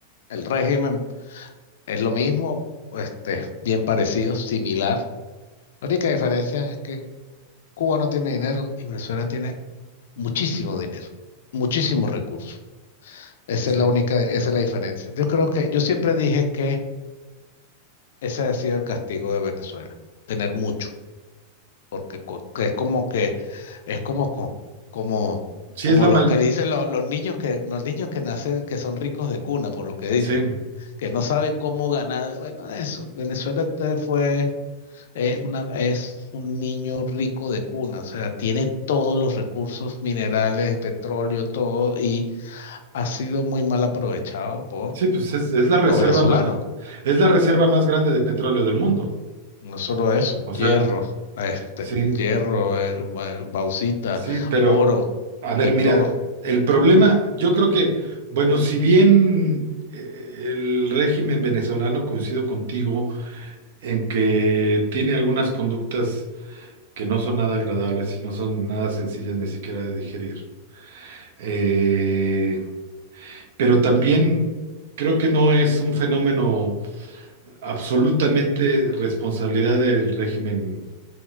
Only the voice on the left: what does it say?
El régimen es lo mismo, este, bien parecido, similar. La única diferencia es que Cuba no tiene dinero y Venezuela tiene muchísimo dinero, muchísimos recursos. Esa
es la única, esa es la diferencia. Yo creo que, yo siempre dije que ese ha sido el castigo de Venezuela, tener mucho, porque co- que es como que, es como, co- como,
como
lo
que dicen lo- los niños que, los niños que nacen, que son ricos de cuna, por lo que dicen,
que no saben cómo ganar. Bueno, eso, Venezuela te fue, es una, es un niño rico de cuna, o sea, tiene todos los recursos minerales, petróleo, todo, y ha sido muy mal aprovechado por
los venezolanos.
No solo eso,
hierro, este,
hierro, eh, ba- bauxita,
oro,
de
todo.